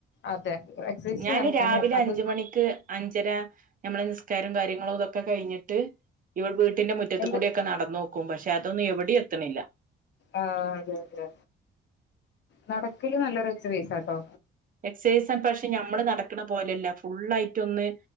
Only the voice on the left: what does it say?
അതെ എക്സസൈസ്
വേറെ
തന്നെയാണ് അത്
എന്ത്
ആ അതെതെ നടക്കില് നല്ലൊരു ഒച്ച പൈസാട്ടോ